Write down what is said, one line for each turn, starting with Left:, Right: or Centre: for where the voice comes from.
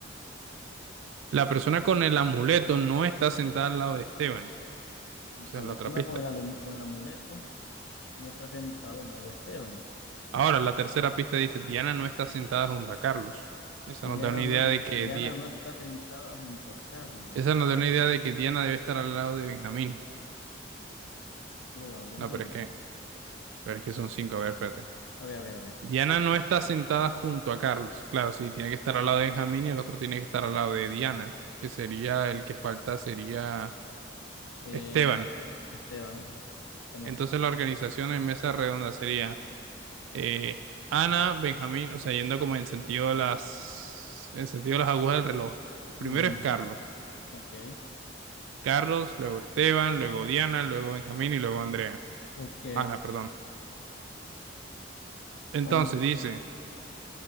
Right: La persona con el amuleto no está sentada al lado de Esteban.
Left: La
Right: Esa es la
Left: persona
Right: otra pista.
Left: con el, alum- con el amuleto no está sentado al lado de Esteban.
Right: Ahora, la tercera pista dice, Diana no está sentada junto a Carlos. Esa
Left: Diana
Right: nos da una
Left: no,
Right: idea
Left: es-
Right: de que
Left: Diana
Right: Di-
Left: no está sentada junto a Carlos,
Right: esa nos da una idea de que Diana debe estar al lado de Benjamín.
Left: probablemente.
Right: No, pero es que, pero es que son cinco. A ver, espérate.
Left: A ver, a ver, a ver.
Right: Diana no está sentada junto a Carlos. Claro, sí, tiene que estar al lado de Benjamín y el otro tiene que estar al lado de Diana, que sería el que falta, sería
Left: Eh,
Right: Esteban.
Left: Esteban, ah, mira.
Right: Entonces la organización en mesa redonda sería eh, Ana, Benjamín, o sea, yendo como en sentido de las, en sentido de las agujas del reloj. Primero
Left: Ujú,
Right: es Carlos.
Left: Ok,
Right: Carlos, luego Esteban, luego Diana, luego Benjamín y luego Andrea.
Left: ok.
Right: Ana, perdón. Entonces
Left: Entonces,
Right: dice,